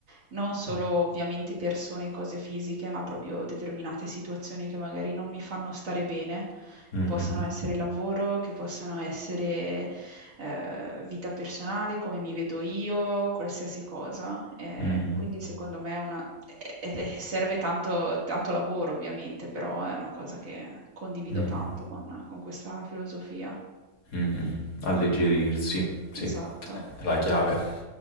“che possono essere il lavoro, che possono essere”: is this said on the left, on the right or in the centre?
Right